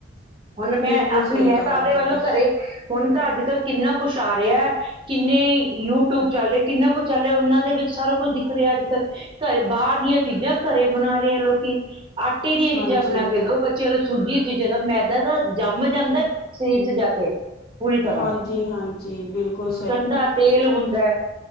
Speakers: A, on the right; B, on the left.
A: ਹੁਣ ਮੈਂ
B: ਬਿਲਕੁਲ
A: ਆਪਣੀ
B: ਸਹੀ
A: ਮੈਂ
B: ਗੱਲ
A: ਤਾਂ ਆਪਦੇ
B: ਹੈ ਤੁਹਾਡੀ
A: ਵੱਲੋਂ ਘਰੇ, ਹੁਣ ਤਾਂ ਅੱਜ ਕੱਲ੍ਹ ਕਿੰਨਾ ਕੁਛ ਆ ਰਿਹਾ। ਕਿੰਨੇ ਯੂਟਿਊਬ ਚੱਲ ਰ, ਕਿੰਨਾ ਕੁਛ ਚੱਲ ਰਿਹਾ, ਉਹਨਾਂ ਦੇ ਵਿੱਚ ਸਾਰਾ ਕੁੱਝ ਦਿਖ ਰਿਹਾ ਅੱਜ ਕੱਲ, ਘਰੇ ਬਾਹਰ ਦੀਆਂ ਚੀਜ਼ਾਂ ਘਰੇ ਬਣਾ ਰਹੇ ਆ ਲੋਕੀ। ਆਟੇ ਦੀਆਂ
B: ਹਾਂਜੀ
A: ਚੀਜ਼ਾਂ ਬਣਾ ਕੇ ਦੋ, ਬੱਚਿਆਂ ਨੂੰ ਸੂਜੀ ਦੀ ਚੀਜ਼ਾਂ ਦਾਓ, ਮੈਦਾ ਜੰਮ ਜਾਂਦਾ ਸਰੀਰ 'ਚ ਜਾ ਕੇ ਪੂਰੀ ਤਰ੍ਹਾਂ,
B: ਹਾਂਜੀ ਹਾਂਜੀ ਬਿਲਕੁਲ
A: ਗੰਦਾ ਤੇਲ ਹੁੰਦਾ।